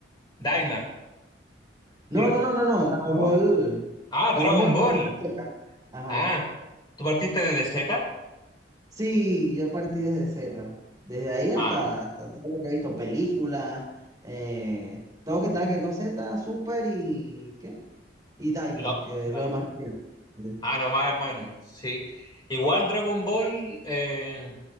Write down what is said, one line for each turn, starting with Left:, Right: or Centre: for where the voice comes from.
Left: Daima. Sí.
Right: No, no, no, no, no, Dragon
Left: ¿No?
Right: Ball.
Left: Ah, Dragon
Right: Dragon Ball,
Left: Ball.
Right: pues. Azteca. Ajá.
Left: Ah, ¿tú partiste desde Z?
Right: Sí, yo partí desde Z. Desde ahí hasta,
Left: Ah,
Right: hasta todo lo que he visto, películas, eh, todo que tenga que ver con Z, Super y ¿qué? Y Daima,
Left: lo,
Right: que
Left: Daima.
Right: es lo más reciente.
Left: Ah, lo más bueno, sí. Igual Dragon Ball, eh,